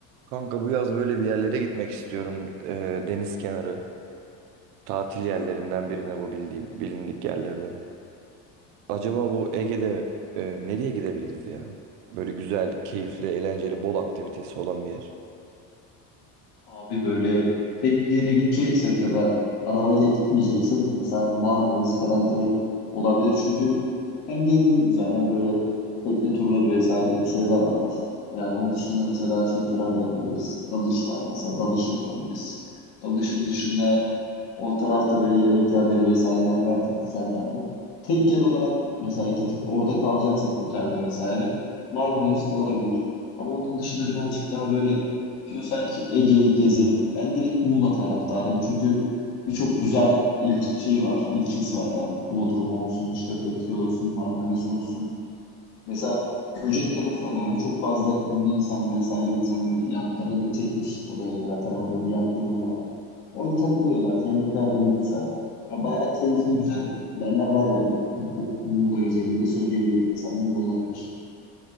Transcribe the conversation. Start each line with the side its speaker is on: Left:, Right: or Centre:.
Right: Kanka bu yaz böyle bir yerlere gitmek istiyorum. Ee, deniz kenarı. Tatil yerlerinden birine bu bildiğim, bilindik yerlerden. Acaba bu Ege'de e, nereye gidebiliriz ya? Böyle güzel, keyifli, eğlenceli, bol aktivitesi olan bir yer.
Left: Abi böyle tek bir yere gideceksek ya da arabayla gitmeyeceksek mesela Marmaris falan direkt olabilir. Çünkü hem denizi güzel hem böyle tekne turları vesaire gibi şeyler var. Yani onun dışında mesela şey falan da yapabiliriz. Dalış var mesela dalış yapabiliriz. Dalışın dışında o tarafta böyle yemek yerleri vesaire yerler de güzel yani. Tek yer olarak mesela gidip orada kalacaksak otelde vesaire Marmaris olabilir. Ama onun dışında birazcık daha böyle diyorsan ki Ege'yi gezelim. Ben direkt Muğla taraftarıyım. Çünkü birçok güzel il şey var, ilçesi var yani. Bodrum olsun, işte Fethiye olsun, Marmaris olsun. Mesela Göcek tarafı var abi. Çok fazla ünlü insan vesaire insan böyle yatlarını çekmiş oraya zaten orada bir yat limanı var. Orada takılıyorlar. Yemeklerleri güzel. Ya bayağı keyifli güzel yerler var yani. Bu Muğla özelinde söyleyebilirim. Mesela Muğla olabilir.